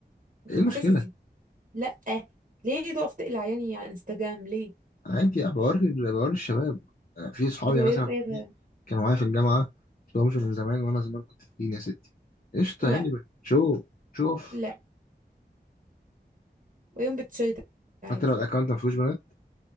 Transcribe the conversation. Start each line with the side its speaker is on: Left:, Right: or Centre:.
Right: مش
Left: ايه
Right: توكسيسيتي
Left: المشكله
Right: لأ ليه تقف تقلع عياني على انستجرام ليه
Left: عادي بوري بوري الشباب في صحابي
Right: بتوريهم
Left: مثلا
Right: ايه
Left: عندي كانوا معايا في الجامعة مشفتهمش من زمان وأنا زمان كنت تخين يا ستي قشطة
Right: لا
Left: يعني شوف شوف
Right: لا ويوم بتشيط عادي
Left: حتى لو الأكونت ما فيهوش بنات